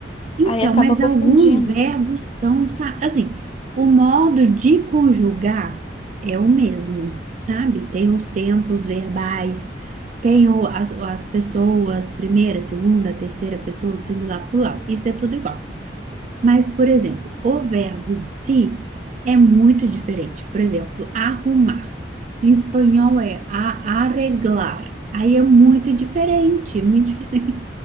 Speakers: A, on the right; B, on the left.
A: Então,
B: Aí acaba
A: mas
B: confundindo.
A: alguns verbos são, sa- assim, o modo de conjugar é o mesmo, sabe? Tem os tempos verbais, tem o- as, as pessoas, primeira, segunda, terceira pessoa, do singular, plural, isso é tudo igual. Mas, por exemplo, o verbo em si é muito diferente. Por exemplo, arrumar. Em espanhol é a- arreglar. Aí é muito diferente, muito diferente.